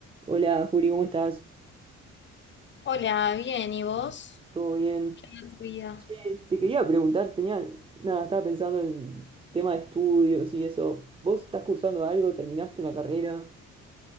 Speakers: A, on the right; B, on the left.
A: Hola, Juli, ¿cómo estás?
B: Hola, bien, ¿y vos?
A: ¿Todo bien?
B: ¿Qué onda tu vida?
A: Che, te quería preguntar, tenía, nada, estaba pensando en tema de estudios y eso. ¿Vos estás cursando algo? ¿Terminaste una carrera?